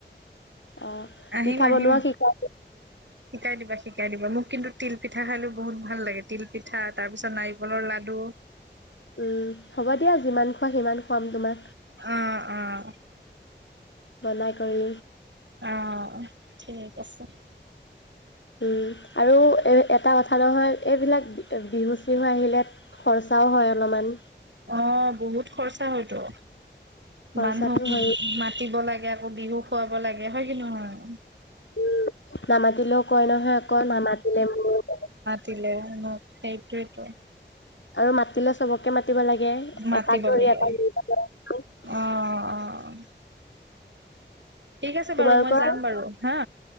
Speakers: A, on the left; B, on the right.
A: অ
B: আহিম
A: পিঠা
B: আহিম
A: বনোৱা শিকাই
B: শিকাই দিবা শিকাই দিবা মোক কিন্তু। তিল পিঠা খালো বহুত ভাল লাগে তিল পিঠা তাৰ পিছত নাৰিকলৰ লাডু
A: উম হ'ব দিয়া যিমান খোৱা সিমান। খুৱাম তোমাক
B: আহ আহ
A: বনাই কৰি
B: অ', ঠিক আছে
A: উম আৰু এ এটা কথা নহয় এইবিলাক বিহু চিহু আহিলে খৰচাও হয় অলপমান
B: অ' বহুত খৰচা হয়তো।
A: খৰচাটো
B: মানুহক
A: হয়ে
B: মাতিব লাগে। আকৌ বিহু খুৱাব লাগে হয় কি নহয়।
A: উ নামাতিলেও কয় নহয় অকৌ নামাতিলে মোক।
B: না মাতিলেও ন সেইটোৱেইটো।
A: আৰু মাতিলে চবকে মাতিব লাগে এটাক
B: মাতিব
A: ধৰি
B: লাগে।
A: এটাক
B: অ',
A: <unintelligible>
B: অ', ঠিক আছে
A: তোমালোকৰ
B: বাৰু মই যাম বাৰু হা।